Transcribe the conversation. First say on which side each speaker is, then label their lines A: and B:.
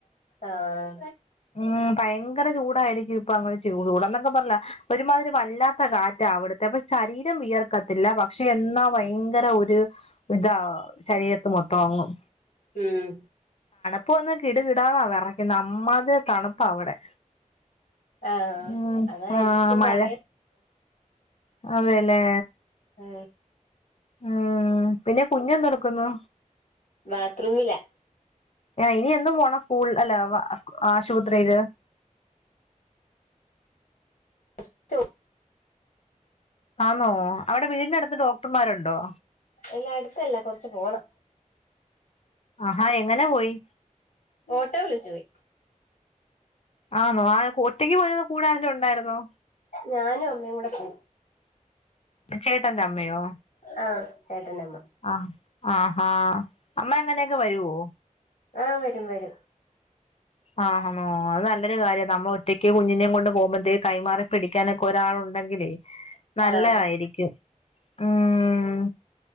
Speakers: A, on the left; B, on the left.
A: ആഹ്
B: ഉം ഭയങ് ങ്കര ചൂടായിരിക്കും ഇപ്പങ് ചൂടെന്നൊക്കെ പറഞ്ഞാ ഒരു മാതിരി വല്ലാത്ത കാറ്റാ അവിടുത്തെ അപ്പ ശരീരം വിയർക്കത്തില്ലാ പ ക്ഷെ എന്നാ വയങ്കര ഒരു ഇതാ ശരീരത്ത് മൊത്തവങ്ങും.
A: ഉം
B: ഇപ്പ ഒന്നും കിടുകിടന്നാ വിറക്കുന്നേ അമ്മാതിരി തണുപ്പാ അവിടെ
A: ആഹ്
B: ഉം
A: അതാ
B: ആ
A: എന്റെടുത്തും
B: മഴ
A: പറയാ
B: അതേലേ
A: ആ
B: ഉം പിന്നെ കുഞ്ഞെന്തെടുക്കുന്നൂ
A: ബാത്റൂമിലാ
B: ഇനി എന്നും പോണം സ്കൂൾ അല്ലെ ആശുപത്രിയില്
A: <unintelligible>
B: ആണോ അവിടെ വീടിനടുത്ത് ഡോക്ടർമാരുണ്ടോ
A: ഇല്ല അടുത്തല്ലാ കുറച്ച് പോണം
B: ആഹാ എങ്ങനെ പോയി
A: ഓട്ടോ വിളിച്ചു പോയി
B: ആന്നോ ആ ഒറ്റക്ക് പോയോ കൂടെ ആരേലും ഉണ്ടായിരുന്നോ
A: ഞാനും അമ്മയും കൂടെ പോവും
B: ചേട്ടൻ്റെ അമ്മയോ
A: ആഹ് ചേട്ടന്റെ അമ്മ
B: ആ ആഹാ അമ്മ അങ്ങനെയൊക്കെ വരുവോ
A: ആഹ് വരും വരും
B: ആന്നോ അത് നല്ലൊരു കാര്യം നമ്മൾ ഒറ്റക്ക് കുഞ്ഞിനേയും കൊണ്ട് പോകുമ്പോഴത്തേക്ക് കൈമാറി പിടിക്കാന ഒരാളുണ്ടെങ്കിലേ നല്ലതായിരിക്കും
A: ആഹ്
B: ഉം